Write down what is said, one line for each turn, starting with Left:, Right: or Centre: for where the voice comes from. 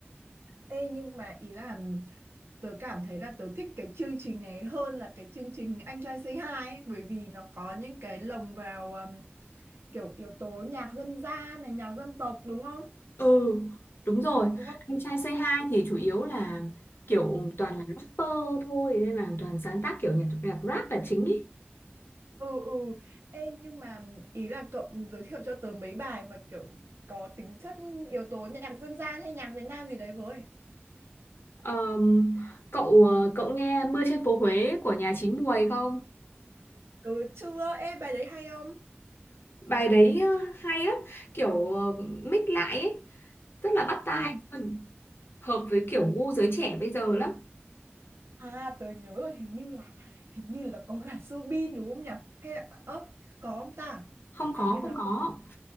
Right: Ê nhưng mà ý là tớ cảm thấy là tớ thích cái chương trình này hơn là cái chương trình Anh trai Say Hi ấy, bởi vì nó có những cái lồng vào um, kiểu yếu tố nhạc dân gian này, nhạc dân tộc đúng không?
Left: Ừ, đúng rồi.
Right: đúng không
Left: Anh trai Say Hi thì chủ yếu là kiểu toàn là rapper thôi nên là toàn sáng tác kiểu nhạc nhạc rap là chính ý.
Right: ừ ừ ê nhưng mà ý là cậu giới thiệu cho tớ mấy bài mà kiểu có tính chất yếu tố nhạc dân gian hay nhạc Việt Nam gì đấy với
Left: Ờm, cậu ờ, cậu nghe Mưa trên phố Huế của nhà Chín Muồi không?
Right: Ừ chưa, ê bài đấy hay không?
Left: Bài đấy ờ, hay lắm, kiểu ờ, mix lại ấy, rất là bắt tai
Right: Ừ.
Left: luôn. Hợp với kiểu gu giới trẻ bây giờ lắm.
Right: à tớ nhớ rồi hình như là hình như là có cả Subin đúng không nhỉ hay là ơ có không ta
Left: Không có,
Right: hình như là
Left: không có.
Right: không